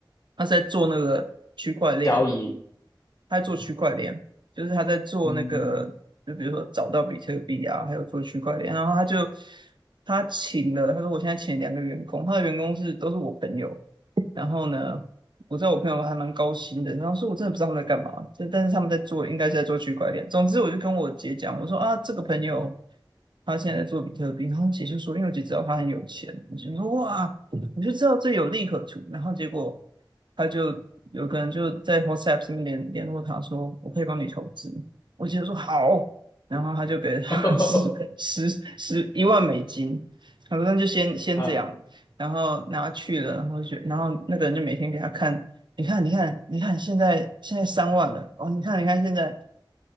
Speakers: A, on the right; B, on the left.
A: 他在做那个区块链，
B: 交易，
A: 他在做区块链，就是他在做那个，
B: 嗯，
A: 就比如说找到比特币啊，还有做区块链，然后他就他请了，他说我现在请两个员工，他的员工是都是我朋友，然后呢，我知道我朋友还蛮高薪的，然后说我真的不知道他们在干嘛，但但是他们在做，应该是在做区块链。总之，我就跟我姐讲，我说啊，这个朋友他现在在做比特币，然后姐就说，因为我姐知道他很有钱，我就说哇，我就知道这有利可图。然后结果他就有个人就在 WhatsApp 上面联联络他说，我可以帮你投资。我姐就说好，然后他就给了他
B: <laughs>
A: <laughs> 十十十一万美金，他说那就先先这样，
B: 啊，
A: 然后拿去了，然后就然后那个人就每天给他看，你看你看你看，现在现在三万了哦，你看你看现在，